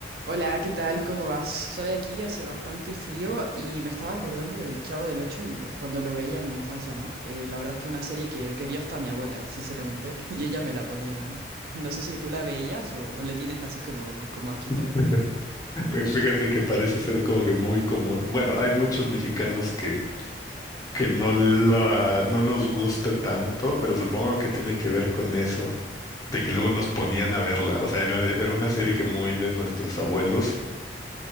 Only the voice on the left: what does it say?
<laughs> Fí- Fíjate que parece ser como que muy común. Bueno, hay muchos mexicanos que, que no, la, no nos gusta tanto, pero supongo que tiene que ver con eso, de que luego nos ponían a verla. O sea, era, de- era una serie que muy de nuestros abuelos,